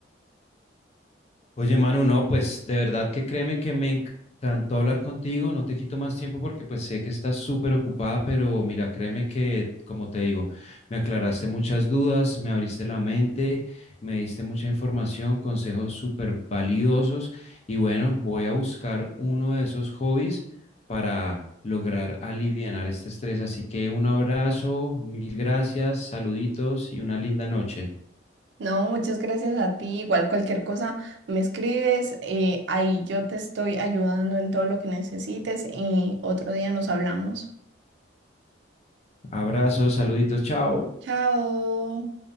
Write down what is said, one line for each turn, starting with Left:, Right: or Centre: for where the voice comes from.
Left: Oye, Manu, no, pues de verdad que créeme que me encantó hablar contigo, no te quito más tiempo porque pues sé que estás súper ocupada, pero mira, créeme que, como te digo, me aclaraste muchas dudas, me abriste la mente, me diste mucha información, consejos súper valiosos y bueno, voy a buscar uno de esos hobbies para lograr alivianar este estrés. Así que un abrazo, mil gracias, saluditos y una linda noche.
Right: No, muchas gracias a ti. Igual cualquier cosa me escribes, eh, ahí yo te estoy ayudando en todo lo que necesites y otro día nos hablamos.
Left: Abrazos, saluditos, chao.
Right: Chao.